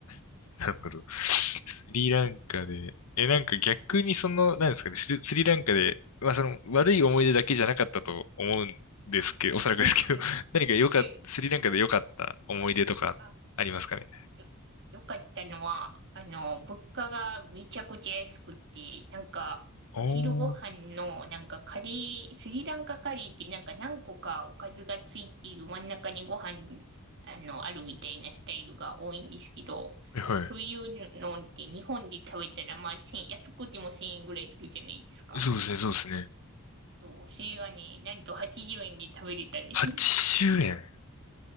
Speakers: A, on the left; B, on the right.
A: <laughs> なるほど。スリランカで、え、なんか逆にその、なんですかね、スリ、スリランカで、まあその悪い思い出だけじゃなかったと思うんですけど、
B: はい。あ、
A: おそらくですけど、
B: はい、はい。
A: <laughs> 何か良かった、
B: はい。
A: スリランカで良かった思い出とかありますかね。
B: あ、よ、よかったのは、あの、物価がめちゃくちゃ安くて、なんか、
A: おー、
B: お昼ご飯の、なんかカレー、スリランカカレーってなんか何個かおかずがついている真ん中にご飯、あの、あるみたいなスタイルが多いんですけど、
A: はいは
B: そういうのって日本で食べたら、まあ、1 0安くても1000円ぐらいするじゃないですか。
A: い。そうですね、そうですね。
B: そう、それがね、なんと80円で食べれたんです。
A: 8周年